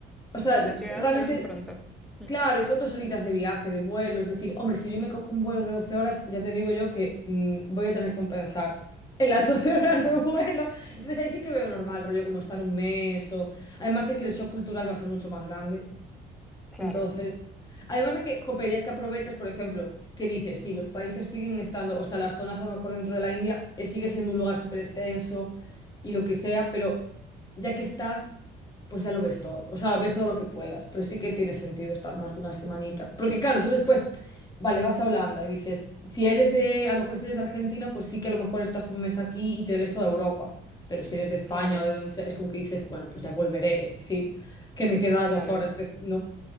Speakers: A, on the left (about 25°); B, in the centre.
A: o sea,
B: Sí, las ciudades
A: realmente,
B: se ven pronto. Mm,
A: claro, son dos horitas de viaje, de vuelo, es decir, hombre, si yo me cojo un vuelo de 12 horas, ya te digo yo que mm, voy a tener que compensar. En las <laughs> doce horas
B: Claro,
A: de vuelo. Entonces ahí sí que veo normal, rollo como estar un mes o... Además de que el shock cultural va a ser mucho más grande.
B: claro,
A: Entonces, además de que, jope, ya que aprovechas, por ejemplo, que dices, sí, los países siguen estando, o sea, las zonas a lo mejor dentro de la India eh, sigue siendo un lugar súper extenso y lo que sea, pero ya que estás, pues ya lo ves todo, o sea, ves todo lo que puedas. Entonces sí que tiene sentido estar más de una semanita. Porque claro, tú después, vale, vas a Holanda y dices, si eres de, a lo mejor si eres de Argentina, pues sí que a lo mejor estás un mes aquí y te ves toda Europa. Pero si eres de España
B: claro,
A: o de donde sea, es como que dices, bueno, pues ya volveré, es decir que me queda
B: claro.
A: dos horas, de- no,